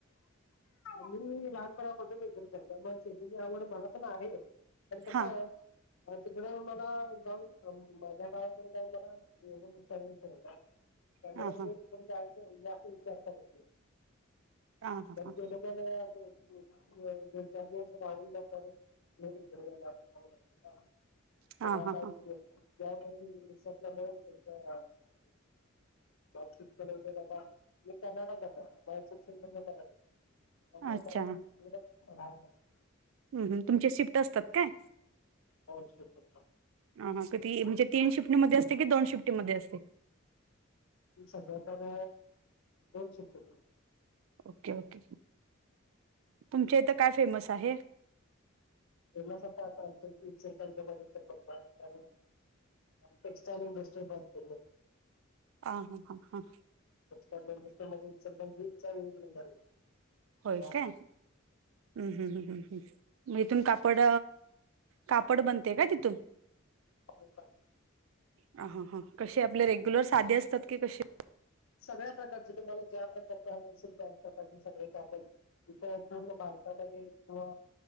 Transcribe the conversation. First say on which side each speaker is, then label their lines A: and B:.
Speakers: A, on the left; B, on the right.
A: मी लहानपणा पासून इकडंच हाय त्याच्यामुळे मग, शेतीची आवड मला पण आहे. पण कसं
B: हा
A: आहे, तिकडे मला जाऊन माझ्या गावाकडे जाऊन मला एवढ <unintelligible> करणार त्यामुळे
B: हा हा
A: तिकडं जायाचा जास्त विचारत करत नाही.
B: हा हा
A: जरी
B: हा
A: गेलो किनय आमचं दो-दोन चार दिवस राहून मग परत इकडे या- यावं लागत ना.
B: हा
A: पगार
B: हा
A: पाणी
B: हा
A: नसतो त, त्यामुळ बी <unintelligible> <unintelligible> वगैर आता <unintelligible> बंद करालतीत, त्यामुळ
B: अच्छा
A: <unintelligible>
B: हम्म हम्म, तुमचे शिफ्ट असतात काय?
A: हो शिफ्ट असतात.
B: हा हा किती, म्हणजे तीन शिफ्टीमध्ये असते की दोन शिफ्टीमध्ये असते?
A: सध्या तर, दोन शिफ्ट मध्ये.
B: ओके ओके, तुमच्या इथं काय फेमस आहे?
A: फेमस आता आत आमच्या इथ इचलकंरजी मध्ये तर <unintelligible> टेक्स्टाईल इडस्ट्री भरपूर <unintelligible>
B: आ हा हां हां.
A: टेक्सटाइल इंडस्ट्री मध्ये इचलकरंजीचा एक नंबर हाय
B: होय
A: महाराष्ट्रात.
B: काय? हम्म हम्म हम्म हम्म हम्म मग इथून कापड कापड बनते का तिथून?
A: <unintelligible>
B: हा हा हा, कसे आपले रेग्युलर साधी असतात की कशे?
A: सगळ्या प्रकारच तुम्हाला ज्या प्रकारचे हवे असेल त्या प्रकारचे सगळे कापड इथ पूर्ण भारतामध्ये किंवा